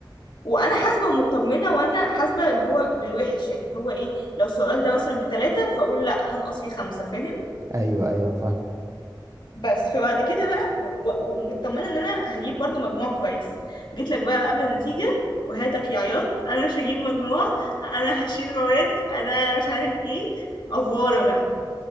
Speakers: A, on the left (about 65°); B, on the right (about 40°).
A: وانا حاسبه ومطمنه وانا حاسبه اللي هو بالوحش يعني اللي هو ايه لو السؤال ده مثلا بتلاته فاقول لا هنقص فيه خمسه فاهم
B: ايوه ايوه فاهم
A: بس فبعد كده بقى و- ومطمنه ان انا هجيب برضو مجموع كويس جيت لك بقى قبل النتيجه وهاتك يا عياط انا مش هجيب مجموع انا هشيل مواد انا مش عارف ايه افواره بقى